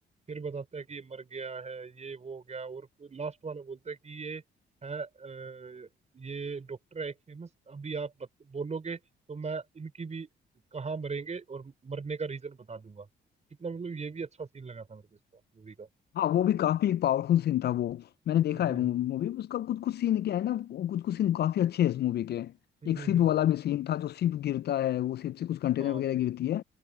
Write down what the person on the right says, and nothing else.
फिर बताता है कि ये मर गया है ये वो हो गया और लास्ट वाला बोलता है कि ये है अ, ये डॉक्टर है एक फेमस अभी आप बत, बोलोगे तो मैं इनकी भी कहाँ मरेंगे और मरने का रीजन बता दूंगा कितना मतलब ये भी अच्छा सीन लगा था मेरे को इसका मूवी का
हम्म
हम्म
हम्म
हम्म
हम्म
हम्म,
हम्म,